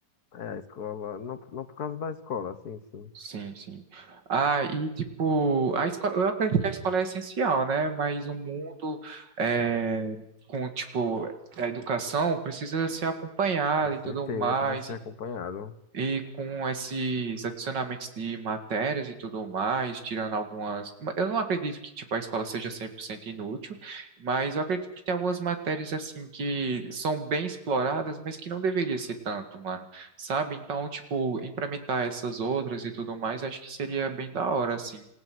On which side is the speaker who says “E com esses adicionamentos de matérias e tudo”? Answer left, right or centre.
Right